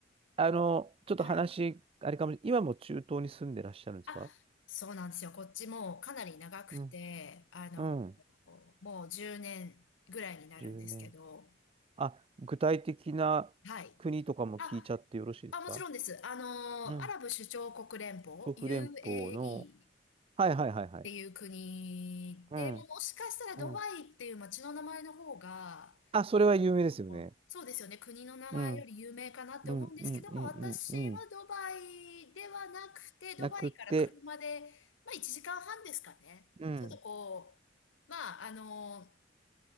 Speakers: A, on the right (about 30°); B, on the left (about 80°).
A: あの、ちょっと話、
B: はい。
A: あれかも、今も中東に住んでらっしゃるんですか
B: あ、そうなんですよ。こっちもうかなり長くて、
A: うん。
B: あの、
A: うん。
B: もう10年ぐらいになるんですけど、
A: 10年。あ、具体的な国とかも聞いちゃってよろしいですか
B: はい。あ、あ、もちろんです。あの、
A: うん。
B: アラブ首長国連邦、
A: 国連邦の。
B: UAE っ
A: はいはいはいはい。
B: ていう国で、
A: うん。
B: もしかしたらドバイっていう街の名前の方が、
A: うん。あ、それは有名ですよね。
B: あそうですよね、国の名前より有名かなって思うんですけども、
A: うん。うんうんうんうんうん。
B: 私はドバイではなくて、ドバイから車で、
A: なくて、
B: まあ1時間半ですかね。
A: うん。
B: ちょっとこう、まああの、